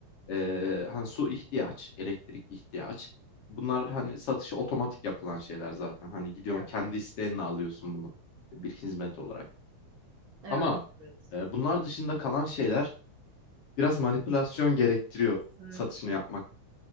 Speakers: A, on the left; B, on the right.
A: Ee, hani su ihtiyaç, elektrik ihtiyaç. Bunlar hani satışı otomatik yapılan şeyler zaten. Hani gidiyorsun
B: Evet.
A: kendi isteğinle alıyorsun bunu bir hizmet olarak.
B: Evet.
A: Ama
B: Evet.
A: e, bunlar dışında kalan şeyler biraz manipülasyon gerektiriyor
B: Kesinlikle.
A: satışını yapmak.